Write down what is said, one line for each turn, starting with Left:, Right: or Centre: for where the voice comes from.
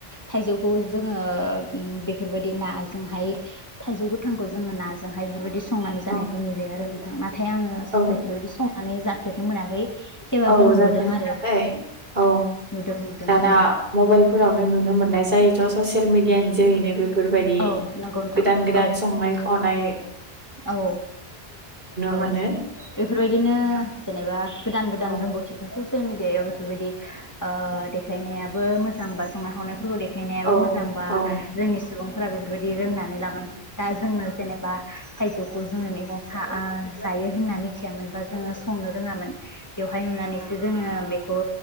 Left: थाइजौखौ जों ओ बेफोरबायदि नाजोंहाय थाइजौ गोथांखौ जोङो नाजोंहाय बेफोर बायदि संनानै जानायखौ
Right: औ
Left: नुयो आरो नोंथां नाथाय आङो
Right: औ
Left: बेफोरबायदि संनानै जाफेरनो मोनाखै। थेवबाबो
Right: औ
Left: नुबोदों
Right: जाफेर
Left: आरो
Right: मोनाखै औ
Left: नुदों नुदों
Right: दाना
Left: औ
Right: मबाइलफोरावनो नु नुनो मोननाय जायोथ' ससियेल मिडिया नि जोहैनो बेफोरबायदि
Left: औ नंगौ नोंथां
Right: गोदान गोदान
Left: औ
Right: संनाय खावनाय
Left: औ औ
Right: मोनो
Left: बेफोरबायदिनो
Right: नोंथां
Left: जेनेबा गोदान गोदान
Right: औ
Left: रोंगौथिखौसो ससियेल मिडियायाव बेफोरबायदि ओ देखायनायाबो मोजां बा संनाय खावनायफोरखौ देखाय देखायनायाबो
Right: औ
Left: मोजांबा
Right: औ
Left: जोंनि सुबुंफोरा बेफोरबायदि रोंनानै लागोन दा जोंनो जेनेबा थाइजौखौ जोङो मेगं जायो होनना मिथियामोन बा जोङो संनो रोङामोन बेवहाय नुनानैसो जोङो बे ओ‌